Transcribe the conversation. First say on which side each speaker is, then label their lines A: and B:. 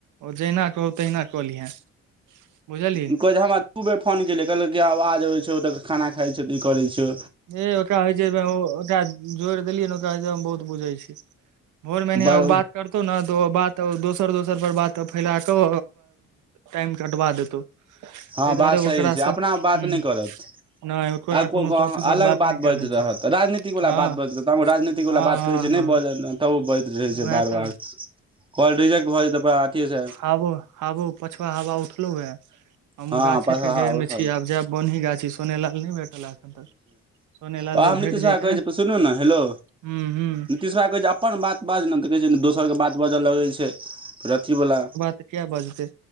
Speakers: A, on the right (about 80°); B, on the right (about 15°).
A: ओ जहिना कहू तहिना कऽ लिहै बुझली
B: ई कहै जे हमरा दू बेर फोन केलियै कहलकै आवाज अबै छौ तऽ खाना खाइ छौ तऽ ई करै छियौ
A: ऐ ओकरा होइ छै ओ जोड़ि देलियै ने बहुत बुझे छीै भोर मे नही
B: बड़
A: बात कर तौ ने तो बात दोसर दोसर पर बात फैला क टाइम के अटवा देतौ
B: हँ
A: ताहि
B: बात
A: दुआरे
B: सही
A: ओकरासँ
B: छै अपना
A: हूं
B: बात नहि करत
A: नहि ओकरा
B: आ को
A: कोनो टॉपिक
B: अलग
A: पर
B: बात
A: नहि कयल
B: बजैत
A: होइ
B: रहत
A: छै
B: राजनीतिक बला
A: हँ
B: बात बजैत रहत तऽ राजनीतिक
A: हँ
B: बला बात
A: हँ
B: कहैत छै
A: हँ
B: नहि बाजलै तब ओ बढ़ैत रहै छै
A: वएह
B: बार
A: तऽ
B: बार कॉल रिजेक्ट भऽ जेतै अथी से
A: आबो आबो पछवा हवा उठलो हे हम
B: हँ
A: गाछे
B: पसहा
A: के जड़
B: उठल
A: मे छी आब जायब बनही गाछी सोैने लाल नहि भेटल एखन तक सोनेलाल
B: ओ
A: जे
B: हम
A: भेट
B: नीशाहा
A: जैते
B: कहै छी सुनू ने हेलो
A: हूं हूं
B: नितीश बा के कहै छै अपन बात बाजलहु तऽ कहै छै ने दोसरके बात बाजय लगैत छै फेर अथीवला
A: तऽ किया बजतै